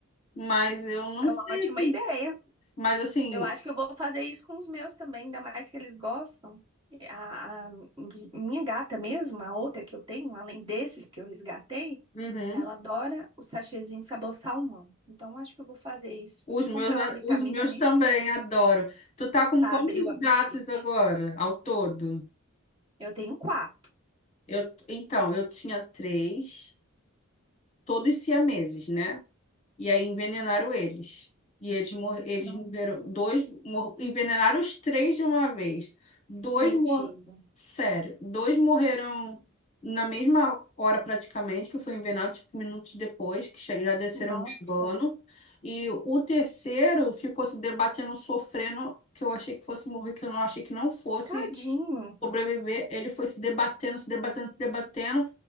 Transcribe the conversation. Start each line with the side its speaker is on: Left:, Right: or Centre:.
Left: mas eu não
Right: É
Left: sei,
Right: uma ótima
Left: assim.
Right: ideia.
Left: Mas assim,
Right: Eu acho que eu vou fazer isso com os meus também, ainda mais que eles gostam. A, a minha gata mesmo, a outra que eu tenho, além desses que eu resgatei,
Left: uhum.
Right: ela adora o sachêzinho de sabor salmão. Então, acho que eu vou fazer isso.
Left: Os
Right: E comprar
Left: meus, a-
Right: uma vitamina,
Left: os meus
Right: né?
Left: também adoram. Tu tá com
Right: Para
Left: quantos
Right: abrir o apetite.
Left: gatos agora, ao todo?
Right: Eu tenho quatro.
Left: Eu, então, eu tinha três, todos siameses, né? E aí envenenaram eles. E eles, mor eles
Right: Não,
Left: morreram. Dois mor envenenaram os três de uma vez. Dois
Right: mentira.
Left: mor Sério, dois morreram na mesma hora praticamente, que foi envenenado, tipo, minutos depois, que che- já desceram
Right: Nossa,
Left: bebando. E o terceiro ficou se debatendo, sofrendo, que eu achei que fosse morrer, que eu não achei que não fosse
Right: tadinho.
Left: sobreviver. Ele foi se debatendo, se debatendo, se debatendo,